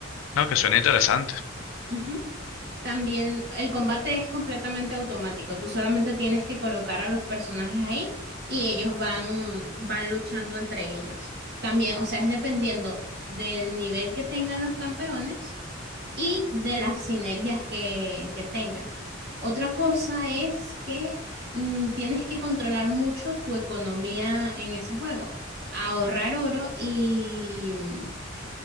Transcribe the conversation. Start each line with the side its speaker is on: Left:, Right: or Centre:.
Left: no, que suena interesante.
Right: Ujú. También el combate es completamente automático. Tú solamente tienes que colocar a los personajes ahí y ellos van, van luchando entre ellos. También, o sea, es dependiendo del nivel que tengan los campeones y de las sinergias que, que tengan. Otra cosa es que mm, tienes que controlar mucho tu economía en ese juego. Ahorrar oro y,